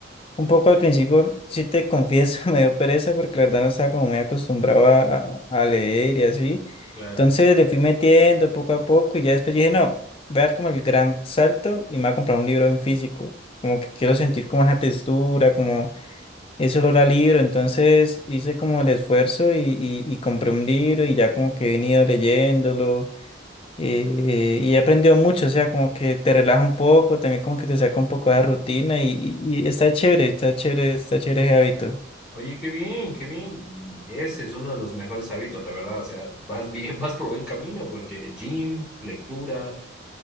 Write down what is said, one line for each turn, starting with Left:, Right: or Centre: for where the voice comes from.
Left: un poco al principio, si te confieso, <laughs> me dio pereza porque la verdad no estaba como muy acostumbrado a, a- a leer y así.
Centre: claro.
Left: Entonces le fui metiendo poco a poco y ya después dije, no, voy a dar como el gran salto y me voy a comprar un libro en físico. Como que quiero sentir como esa textura, eso lo era libro, entonces hice como el esfuerzo y, y- y compré un libro y ya como que he venido leyéndolo eh, y he aprendido mucho, o sea, como que te relaja un poco, también como que te saca un poco de la rutina y, y- y está chévere, está chévere, está chévere ese hábito.
Centre: Oye, qué bien, qué bien. Y ese es uno de los mejores hábitos, la verdad. O sea, vas bien, <laughs> vas por buen camino porque gym, lectura,